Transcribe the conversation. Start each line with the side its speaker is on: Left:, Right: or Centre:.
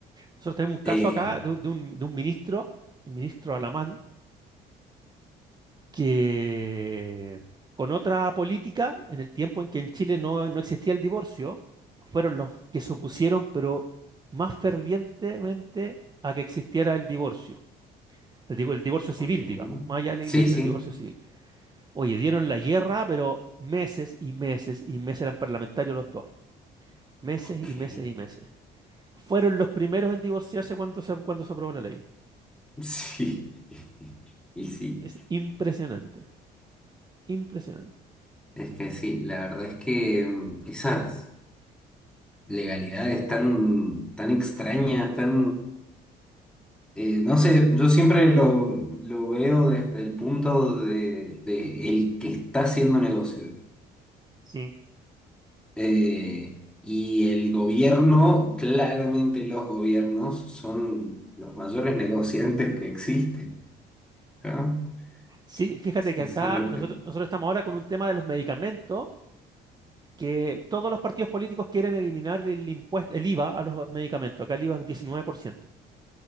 Right: Nosotros tenemos un caso
Centre: Eh,
Right: acá de, un, de un- de un ministro, un ministro alemán, que con otra política, en el tiempo en que en Chile no, no existía el divorcio, fueron los que se opusieron, pero más fervientemente a que existiera el divorcio. El, digo, el divorcio
Centre: ujú,
Right: civil,
Centre: ok.
Right: digamos, más allá de la
Centre: Sí,
Right: iglesia,
Centre: sí.
Right: el divorcio civil. Oye, dieron la guerra, pero meses y meses y meses eran parlamentarios los dos. Meses
Centre: Ok.
Right: y meses y meses. Fueron los primeros en divorciarse cuando se, cuando se aprobó la ley.
Centre: <laughs> Sí, y sí.
Right: Es impresionante, impresionante.
Centre: Es que sí, la verdad es que mm, esas legalidades tan, tan extrañas, tan... eh, no sé, yo siempre lo, lo veo desde el punto de, de el que está haciendo negocio.
Right: Sí,
Centre: Eh, y el gobierno, claramente los gobiernos son los mayores negociantes que existen, ¿no? O
Right: Sí, fíjate
Centre: sea,
Right: que acá
Centre: son los
Right: nosotros,
Centre: que...
Right: nosotros estamos ahora con un tema de los medicamentos, que todos los partidos políticos quieren eliminar el impuesto, el IVA a los medicamentos. Acá el IVA es 19%.